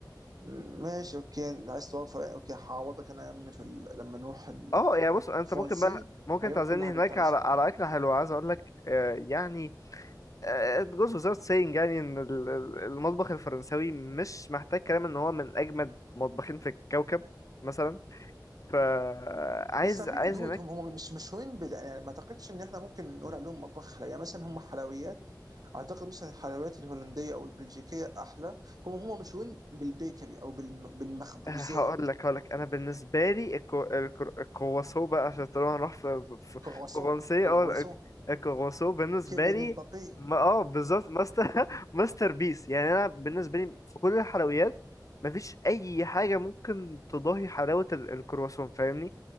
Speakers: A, on the right; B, on the left.
A: م- ماشي اوكي عايز توفر اوكي هعوضك انا يا عمي في ال... لما نروح
B: اه يعني بص انت
A: الفرنسي
B: ممكن بقى ممكن
A: هجيب
B: تعزمني
A: لك كل حاجة
B: هناك
A: انت عايزها
B: على على اكلة حلوة عايز اقول لك آه، يعني it goes without saying يعني ان ال- ال- المطبخ الفرنساوي مش محتاج كلام ان هو من اجمد مطبخين في الكوكب مثلا فعايز
A: بس على
B: عايز
A: فكره دود
B: هناك
A: هم هم مش مشهورين بال... يعني ما اعتقدش ان احنا ممكن نقول عليهم مطبخ حلويات يعني مثلا هم حلويات اعتقد مثلا الحلويات الهولنديه او البلجيكيه احلى هم هم مشهورين بالبيكري او بالم... بالمخبوزات
B: آه، هقول لك هقول لك انا بالنسبه لي الكو... الكر- الكرواسو بقى عشان طالما هنروح في في-
A: كرواسون
B: فرنسي
A: كرواسون
B: اه الك- الكرواسو بالنسبه
A: كيليان
B: لي
A: مبابي
B: ما اه بالظبط ماستر <laughs> ماستر بيس يعني انا بالنسبه لي في كل الحلويات مفيش اي حاجه ممكن تضاهي حلاوه ال- الكرواسون فاهمني